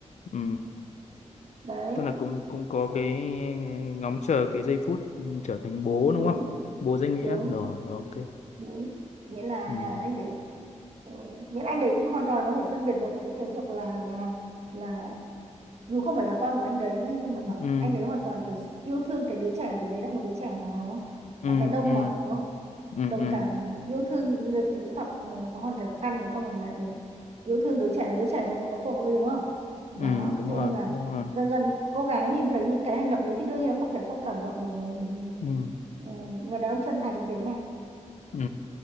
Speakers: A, on the left; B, on the right.
A: ừ
B: đấy
A: tức là cũng cũng có
B: Sợ-
A: cái ngóng chờ cái giây phút ừ, trở thành bố
B: đúng
A: đúng không bố danh nghĩa
B: đúng
A: rồi ok
B: đúng nghĩa là
A: ừ
B: à, anh đấy Ờ, nghĩa là anh đấy hoàn toàn có thể phân biệt được giữa cái việc là là là dù không phải là con của anh đấy nhá nhưng mà nó
A: ừ
B: anh đấy hoàn toàn kiểu yêu thương cái đứa trẻ vì đấy là một đứa trẻ mà đúng không
A: ừ
B: bạn đàn ông
A: ừ
B: mà đúng không
A: ừ
B: đồng
A: ừ
B: cảm yêu thương những người phụ nữ gặp ừ, có hoàn cảnh khó khăn này xong rồi lại yêu thương đứa trẻ đứa trẻ này có tội đúng không đó
A: ừ đúng
B: cho
A: rồi
B: nên là
A: đúng rồi
B: dần dần cô gái nhìn thấy những cái hành động đấy thì đương nhiên là không thể không cảm động được rồi bởi vì,
A: ừ
B: ừ, người đàn ông chân thành thế mà
A: ừ